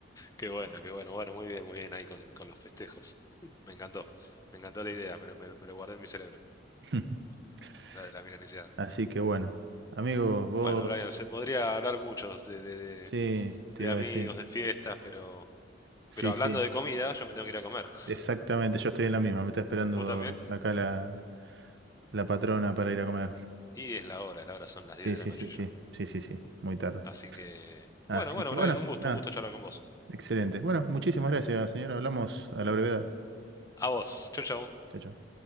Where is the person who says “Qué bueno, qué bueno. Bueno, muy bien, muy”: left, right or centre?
Left